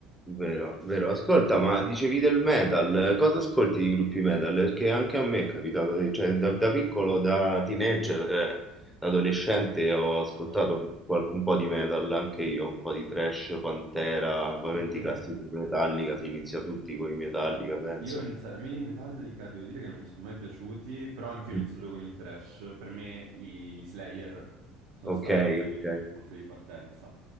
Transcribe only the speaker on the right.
Ah,
Ok,
Io ho iniziato, a me i Metallica devo dire che non mi sono mai piaciuti, però anch'io
ho iniziato con il thrash. Per me gli, gli Slayer sono
stati il
punto di partenza.